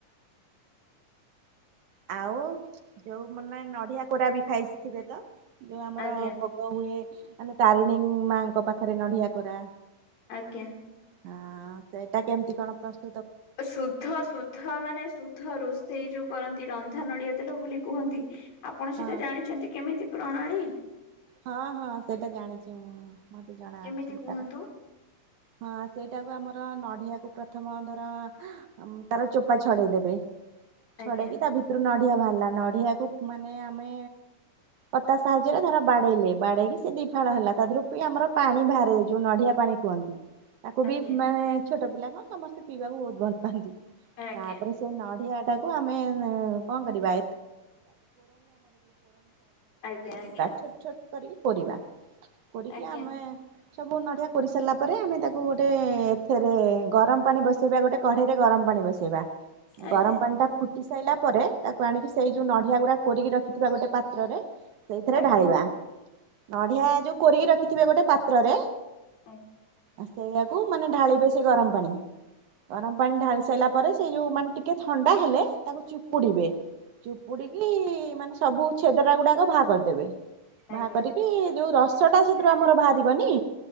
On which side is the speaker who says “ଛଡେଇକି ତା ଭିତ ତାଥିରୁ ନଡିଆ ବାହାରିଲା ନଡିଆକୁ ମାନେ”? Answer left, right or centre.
Right